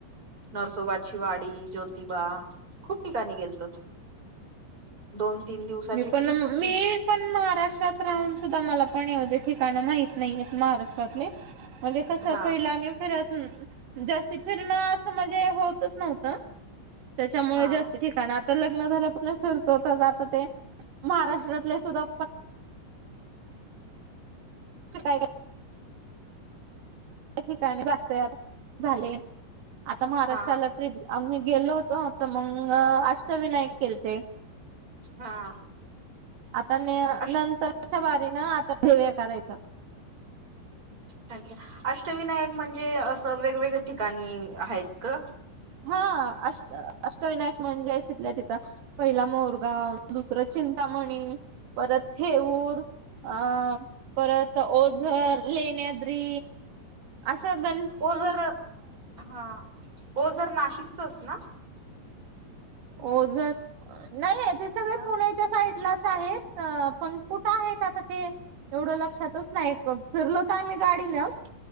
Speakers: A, on the right; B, on the right.
A: नरसोबाची ज्योतिबा खूप ठिकाणी गेलतो दोन तीन दिवसाची
B: मी पण
A: ट्रिप होती
B: मी पण महाराष्ट्रात राहून सुद्धा मला पण एवढे ठिकाण माहित नाहीेयेत महाराष्ट्रातले म्हणजे कसं
A: हा
B: पहिलं आम्ही फिरत जास्ती फिरणं असं म्हणजे होतच नव्हतं त्याच्यामुळे
A: हा
B: जास्त ठिकाण आता लग्न झालं पासण फिरतो तर जात ते महाराष्ट्रातले सुद्धा काय का प्रत्येक ठिकाणी जायचं झाले आता महाराष्ट्राला
A: हा
B: ट्रिप आम्ही गेलो होतो आता मंग अष्टविनायक केलते
A: हा
B: आता नाही
A: अष्ट
B: नंतरच्या बारीन आता पोळ्या करायच्या
A: अच्छा अष्टविनायक म्हणजे असं वेगवेगळ्या ठिकाणी आहेत ग
B: हा अष्ट अष्टविनायक म्हणजे तिथल्या तिथं पहिला मोरगाव दुसर चिंतामणी परत थेऊर अ परत ओझर लेण्याद्री असं द
A: ओझर हा ओझर नाशिकचच ना
B: ओझर नाही हाय ते सगळे
A: हा
B: पुण्यात च्या साईडलाचं आहेत पण कुठ आहेत आता ते एवढ लक्ष लक्षातच नाहीत बघ फिरलो तर आम्ही गाडीनच